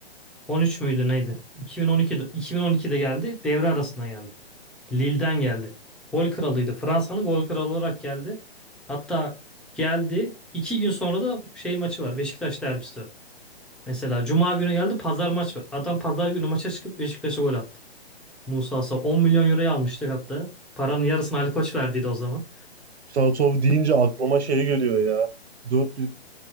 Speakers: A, in the centre; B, on the right.
A: 13 müydü neydi? 2012'de 2012'de geldi. Devre arasına geldi. Lille'den geldi. Gol kralıydı. Fransa'nın gol kralı olarak geldi. Hatta geldi. İki gün sonra da şey maçı var. Beşiktaş derbisi var. Mesela Cuma günü geldi pazar maç var. Adam pazar günü maça çıkıp Beşiktaş'a gol attı. Musa Sow 10 milyon euroya almıştık hatta. Paranın yarısını Ali Koç verdiydi o zaman.
B: Musa Sow deyince aklıma şey geliyor ya. dört 1